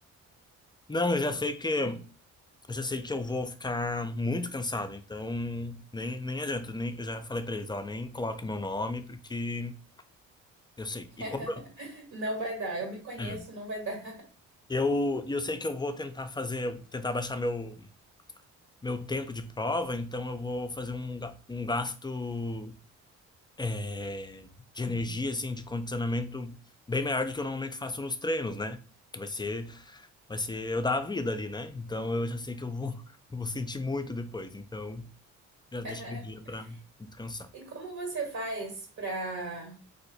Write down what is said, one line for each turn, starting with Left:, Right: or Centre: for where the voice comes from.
Left: Não, eu já sei que eu já sei que eu vou ficar muito cansado, então nem, nem adianta, nem, eu já falei pra eles, ó, nem coloque meu nome, porque eu sei.
Right: <laughs>
Left: E como eu,
Right: Não vai dar. Eu me conheço,
Left: é,
Right: não vai dar.
Left: eu, e eu sei que eu vou tentar fazer, tentar baixar meu, meu tempo de prova, então eu vou fazer um, ga- um gasto. é, de energia, assim, de condicionamento bem maior do que eu normalmente faço nos treinos, né? Que vai ser, vai ser eu dar a vida ali, né? Então eu já sei que eu vou, <laughs> eu vou sentir muito depois. Então já deixei
Right: <laughs>
Left: o dia para descansar.
Right: E como você faz pra